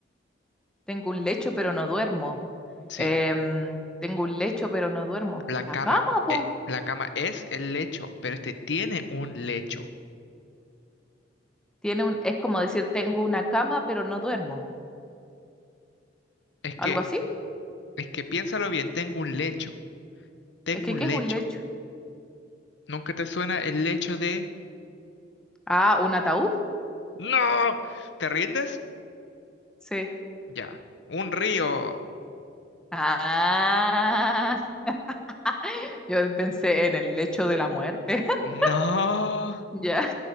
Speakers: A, in the centre; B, on the left.
A: Tengo un lecho, pero no duermo.
B: sí,
A: Em, tengo un lecho, pero no duermo.
B: la cama,
A: La cama, po.
B: eh, la cama es el lecho, pero este tiene un lecho.
A: Tiene un, es como decir, tengo una cama, pero no duermo.
B: Es que,
A: Algo así.
B: es que piénsalo bien, tengo un lecho, tengo
A: Es que,
B: un
A: ¿qué es
B: lecho.
A: un lecho?
B: ¿Nunca te suena el lecho de...
A: Ah, un ataúd.
B: ¡No! ¿Te rindes?
A: Sí.
B: Ya. Un río.
A: Ah, <laughs> yo pensé en el lecho de la muerte. <laughs>
B: No.
A: Ya,